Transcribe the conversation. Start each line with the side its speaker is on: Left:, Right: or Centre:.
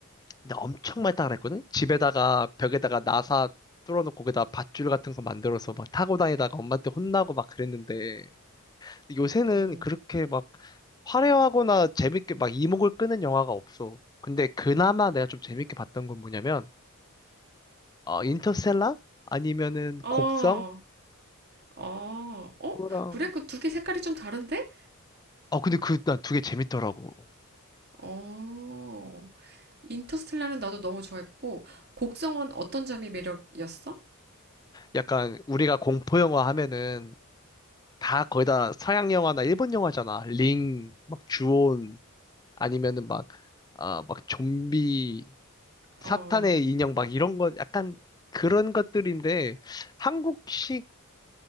Left: 근데 엄청 많이 따라 그랬거든? 집에다가 벽에다가 나사 뚫어놓고 거기다 밧줄 같은 거 만들어서 막 타고 다니다가 엄마한테 혼나고 막 그랬는데 요새는
Right: 음.
Left: 그렇게 막 화려하거나 재밌게 막 이목을 끄는 영화가 없어. 근데 그나마 내가 좀 재밌게 봤던 건 뭐냐면 어, 인터스텔라? 아니면은
Right: 어,
Left: 곡성?
Right: 어, 어?
Left: 그거랑
Right: 그래? 그 두 개 색깔이 좀 다른데?
Left: 어 근데 그 난 두 개 재밌더라고.
Right: 어, 인터스텔라는 나도 너무 좋아했고, 곡성은 어떤 점이 매력이었어?
Left: 약간 우리가 공포 영화 하면은 다 거의 다 서양 영화나 일본 영화잖아. 링, 막 주온 아니면은 막, 아, 막 좀비, 사탄의
Right: 어.
Left: 인형 막 이런 것, 약간 그런 것들인데, 한국식,